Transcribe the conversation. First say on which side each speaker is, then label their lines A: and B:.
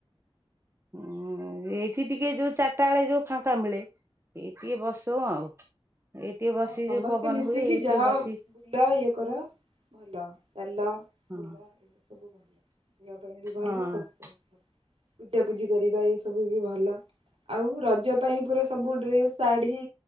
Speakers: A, on the right (about 25°); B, on the right (about 70°).
A: ହଁ ଏଇଠି ଟିକେ ଯୋଉ ଚାରିଟା ବେଳେ ଯୋଉ ଫାଙ୍କା ମିଳେ ଏ ଟିକେ ବସୁ ଆଉ ଏଇ ଟିକେ
B: ହଁ
A: ବସି
B: ସମସ୍ତେ
A: ଯୋଉ ପବନ
B: ମିଶିକି
A: ହୁଏ ଏଇ
B: ଯାହା
A: ଟିକେ ବସି
B: ବୁଲ ଇଏ କର ଭଲ ଚାଲ
A: ହଁ
B: ବୁଲ ଏ ସବୁ ଭଲ ଯିବା ପାଇଁ ବି ଭଲ
A: ହଁ
B: ସବୁ ଭଲ ପୂଜାପୂଜି କରିବା ଏ ସବୁ ବି ଭଲ ଆଉ ରଜ ପାଇଁ ପୁରା ସବୁ ଡ୍ରେସ ଶାଢୀ